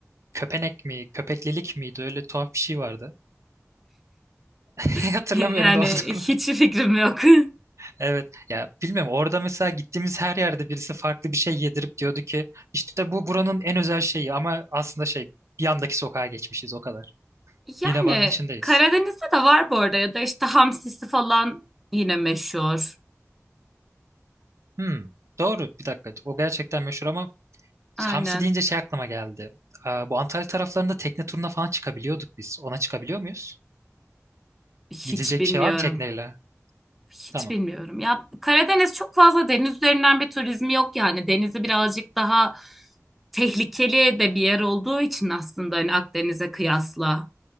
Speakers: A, on the right; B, in the centre.
A: köpenek mi, köpeklilik miydi? Öyle tuhaf bir şey vardı. <laughs>
B: <laughs>
A: Hatırlamıyorum
B: Yani
A: da olduğunu.
B: hiç
A: <laughs>
B: fikrim yok. <laughs>
A: Evet. Ya bilmiyorum orada mesela gittiğimiz her yerde birisi farklı bir şey yedirip diyordu ki işte bu buranın en özel şeyi ama aslında şey bir yandaki sokağa geçmişiz o kadar.
B: Yani
A: Yine Van'ın içindeyiz.
B: Karadeniz'de de var bu arada ya da işte hamsisi falan yine meşhur.
A: Hmm, doğru bir dakika. O gerçekten meşhur ama
B: Aynen.
A: hamsi deyince şey aklıma geldi. Aa, bu Antalya taraflarında tekne turuna falan çıkabiliyorduk biz. Ona çıkabiliyor muyuz?
B: Hiç
A: Gidilecek
B: bilmiyorum.
A: bir şey var mı tekneyle?
B: Hiç
A: Tamam.
B: bilmiyorum. Ya Karadeniz çok fazla deniz üzerinden bir turizmi yok yani. Denizi birazcık daha tehlikeli de bir yer olduğu için aslında hani Akdeniz'e kıyasla.